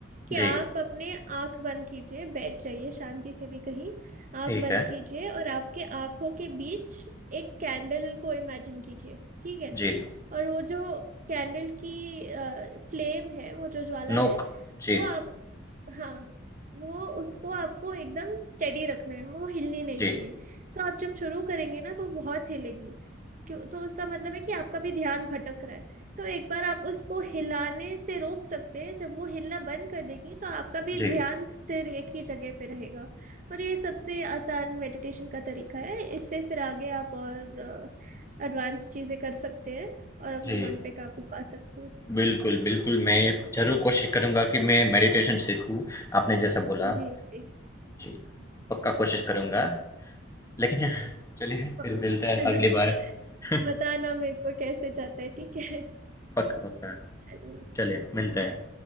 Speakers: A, on the right; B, on the left.
A: कि
B: जी,
A: आप अपने आंख बंद कीजिए बैठ जाइए शांति से भी कहीं आंख
B: ठीक
A: बंद
B: है।
A: कीजिए और आपके आंखों के बीच एक कैंडल को इमेजिन कीजिए ठीक है
B: जी,
A: और वो जो कैंडल की फ्लेम है वो जो ज्वाला
B: नोक।
A: है
B: जी,
A: वो आप हाँ वो उसको आपको एकदम स्टेडी रखना है वो हिलनी नहीं
B: जी,
A: चाहिए तो आप जब शुरू करेंगे ना तो बहुत हिलेगी क्यों तो उसका मतलब है कि आपका भी ध्यान भटक रहा है तो एक बार आप उसको हिलाने से रोक सकते हैं जब वो हिलना बंद कर देगी तो आपका भी
B: जी,
A: ध्यान स्थिर एक ही जगह पे रहेगा और ये सबसे आसान मेडिटेशन का तरीका है इससे फिर आगे आप और एडवांस चीजें कर सकते हैं और अपने
B: जी।
A: मन पे काबू पा सकते हैं
B: बिल्कुल, बिल्कुल, मैं ज़रूर कोशिश करूँगा कि मैं मेडिटेशन सीखूँ, आपने जैसा बोला।
A: जी जी
B: जी, पक्का कोशिश करूँगा।
A: हाँ
B: लेकिन <laughs> चलिए
A: हाँ।
B: फिर मिलते हैं
A: <laughs>
B: अगली बार। <laughs>
A: बताना मेरे को कैसे जाता है ठीक है
B: पक्का, पक्का।
A: चलो
B: चलिए, मिलते हैं।
A: बाय